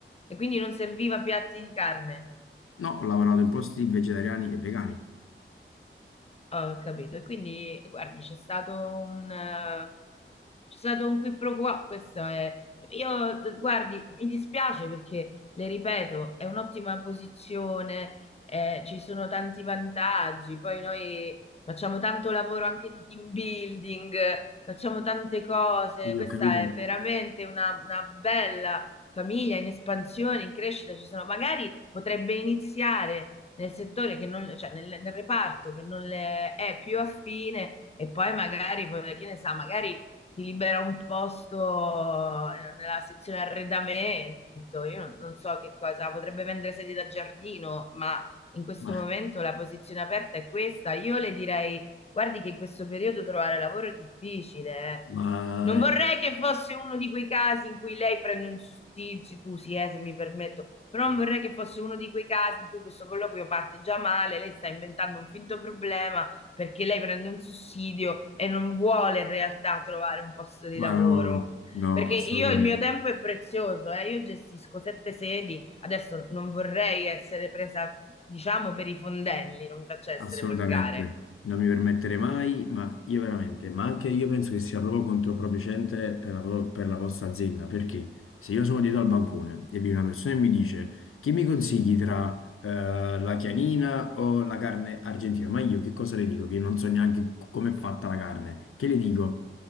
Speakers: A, on the left; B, on the left.
A: E quindi non serviva piatti di carne.
B: no, ho lavorato in posti vegetariani e vegani.
A: Ho capito. E quindi, guardi, c'è stato un... eh, C'è stato un qui pro quo, questo è... Io, d- guardi, mi dispiace perché, le ripeto, è un'ottima posizione, eh, ci sono tanti vantaggi, poi noi facciamo tanto lavoro anche di team building, facciamo tante cose,
B: Io
A: questa
B: ho capito,
A: è veramente una, una bella famiglia in espansione, in crescita, ci sono... Magari potrebbe iniziare nel settore che non, cioè nel, nel reparto che non le è più affine e poi magari, poi, che ne sa, magari ti libera un posto eh, nella sezione arredamento. Io non, non so che cosa, potrebbe vendere sedie da giardino, ma in questo
B: ma,
A: momento la posizione aperta è questa. Io le direi, guardi che in questo periodo trovare lavoro è difficile. eh.
B: ma,
A: Non vorrei che fosse uno di quei casi in cui lei prende un sussidio, scusi, eh, se mi permetto, però non vorrei che fosse uno di quei casi in cui questo colloquio parte già male, lei sta inventando un finto problema perché lei prende un sussidio e non vuole in realtà trovare un posto di
B: ma
A: lavoro.
B: no, no,
A: Perché
B: assolutamente.
A: io il mio tempo è prezioso, eh, io gestisco sette sedi, adesso non vorrei essere presa, diciamo, per i fondelli, non mi faccia essere
B: Assolutamente,
A: volgare.
B: non mi permetterei mai, ma io veramente, ma anche io penso che sia proprio controproducente per la, pro- per la vostra azienda, perché se io sono dietro al bancone e viene una persona e mi dice che mi consigli tra eh, la chianina o la carne argentina, ma io che cosa le dico? Che non so neanche come è fatta la carne, che le dico?